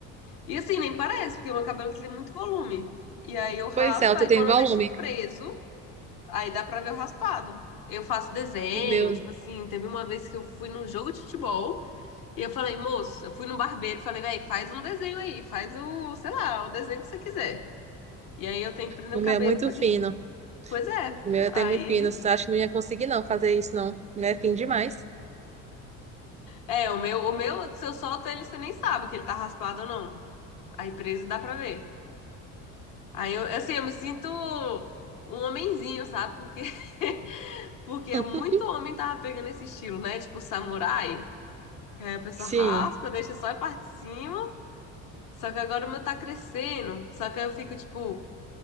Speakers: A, on the left; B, on the right.
A: E assim, nem parece, porque meu cabelo tem muito volume. E aí eu raspo,
B: Pois é, eu
A: aí
B: tenho
A: quando
B: volume.
A: eu deixo preso, Aí dá pra ver o raspado. Eu faço desenho,
B: O meu,
A: tipo assim, teve uma vez que eu fui num jogo de futebol e eu falei, moço, eu fui no barbeiro e falei, véi, faz um desenho aí, faz o, sei lá, o desenho que você quiser. E aí eu tenho que prender
B: o
A: o cabelo
B: meu é muito
A: pra
B: fino.
A: ele. Pois é.
B: O meu tem
A: Aí
B: muito pinos.
A: ele.
B: Acho que não ia conseguir, não, fazer isso, não. Né? Fim demais.
A: É, o meu, o meu, se eu solto ele, você nem sabe que ele tá raspado ou não. Aí preso dá pra ver. Aí eu, assim, eu me sinto um homenzinho, sabe? Porque, <laughs> porque
B: <laughs>
A: muito homem tava pegando esse estilo, né? Tipo, samurai. Que aí a pessoa
B: Sim.
A: raspa, deixa só a parte de cima. Só que agora o meu tá crescendo. Só que aí eu fico tipo,